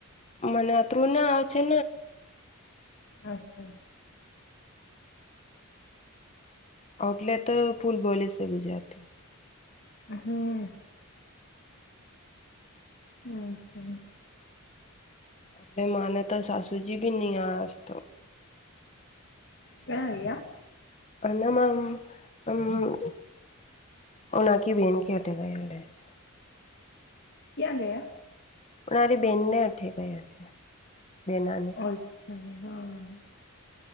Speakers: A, on the left; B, on the left.
A: મને ત્રુંના આવ છે.
B: અચ્છા
A: આઉટલે તો ફૂલ બોલે છે, ગજથી
B: હમ્મ અચ્છા
A: અલે માને તો સાસુજી, બી ન આસતો
B: કણ ગયા
A: અમમ હમ્મ ઓનાકી, બેન ક હટે ગાયલ રહેશે
B: ક્યાં ગયા
A: પણ મારી બેનને અઠે ગયા છે. બેનાને
B: અચ્છા, હા